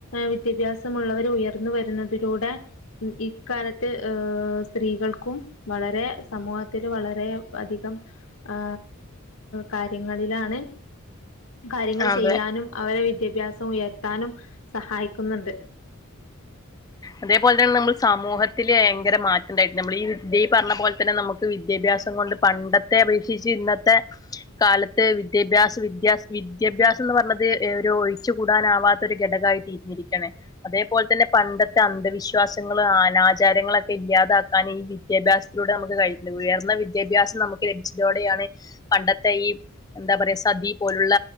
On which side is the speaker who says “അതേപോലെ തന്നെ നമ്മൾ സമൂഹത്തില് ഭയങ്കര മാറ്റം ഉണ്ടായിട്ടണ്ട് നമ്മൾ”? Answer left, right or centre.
Left